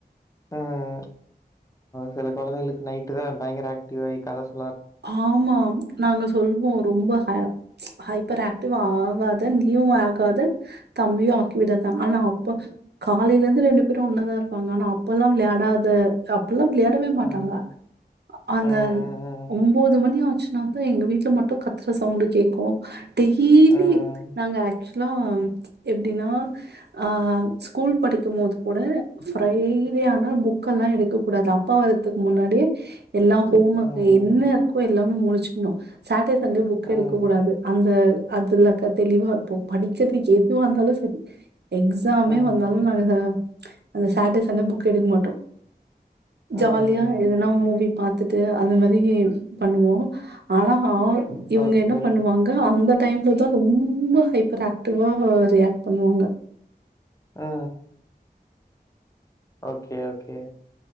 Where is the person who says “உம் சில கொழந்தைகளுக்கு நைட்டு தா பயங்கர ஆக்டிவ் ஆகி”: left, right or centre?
Left